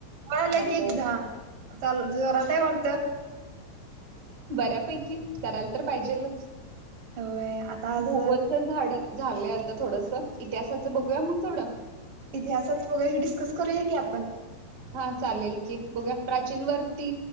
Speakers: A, on the right; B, on the right.
A: आलं
B: मग
A: की एक्साम चालू, जोरात आहे वाटतं.?
B: बऱ्यापैकी करायला तर पाहिजेलच.
A: होय आता आज
B: भूगोलच झाड झालंय आता थोडस इतिहासाचं बघूया मग थोडं.
A: इतिहासाच बघूया की डिस्कस करूया की आपण.
B: हा चालेल की बघू या प्राचीन वरती